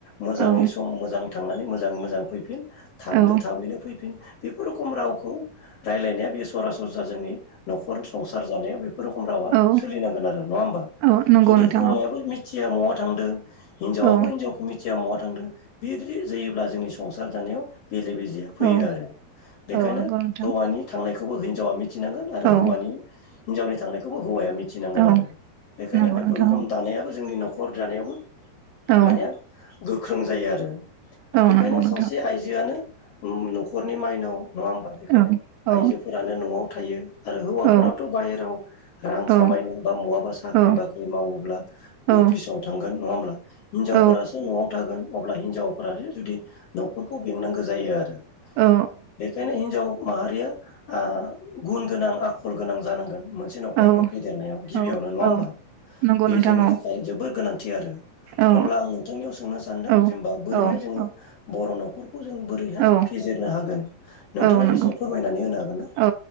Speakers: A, on the left (about 65°); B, on the right (about 80°).
A: मोजाङै
B: औ
A: सम मोजाङै थांनानै मोजाङै मोजां फैफिन थाबनो
B: औ
A: थाबैनो फैफिन बेफोर रोखम रावखौ रायलायनाया बेयो सरासरस्रा जोंनि न'खर संसार जानायाव बेफोर रोखोम रावा
B: औ
A: सोलिनांगोन आरो नङा होमबा?
B: औ नंगौ
A: जुदि
B: नोंथां
A: हौवायाबो मिथिया महा थांदों हिनजावयाबो
B: औ
A: हौवाखौ मिथिया मवहा थांदों बिदि जायोब्ला जोंनि संसार जानायाव बेले बेजेया फैयो
B: औ
A: आरो बेखायनो
B: औ नंगौ नोंथां
A: हौवानि थांनायखौबो हिनजावा मिथिनांगोन आरो हौवानि
B: औ
A: हिनजावनि थांनायखौबो हौवाया -' मिथिनांगोन
B: औ औ
A: आरो बेखायनो
B: नंगौ
A: बेफोर
B: नोंथां
A: रखम दानायाबो जोंनि न'खर दानायावबो
B: औ
A: माने गोख्रों जायो आरो
B: औ
A: बेखायनो
B: नंगौ नोंथां
A: सासे आइजोआनो न'खरनि माइनाव नङा होमबा बेखायनो
B: औ औ
A: आइजोफोरानो न'आव थायो। आरो हौवाफोराथ'
B: औ
A: बाहेराव रां खामायनो
B: औ
A: बा बहाबा साख्रि
B: औ
A: बाख्रि मावोब्ला
B: औ
A: अफिसाव थांगोन नङा होमब्ला। हिनजावफोरासो
B: औ
A: न'आव थागोन अब्ला हिनजावफोरासो जुदि न'खरखौ बेंनांगौ जायो आरो।
B: औ
A: बेखायनो हिनजाव माहारिया ओ गुन गोनां आखल गोनां जानांगोन। मोन से न'खरखौ
B: औ
A: फेदेरनायाव गिबियावनो
B: औ
A: नङा होमबा
B: औ नंगौ
A: बे
B: नोंथां
A: जोंनि
B: औ
A: थाखाय जोबोर गोनांथि आरो।
B: औ
A: अब्ला आं नोंथांनियाव सोंनो सानदों
B: औ
A: जेनेबा बोरैहाय
B: औ
A: जोङो
B: औ
A: बर' न'खौ खौ जों बोरैहाय
B: औ
A: फेजेरनो हागोन नोंथाङा
B: औ नंगौ
A: एसे फोरमायनानै होनो हागोन? ना
B: औ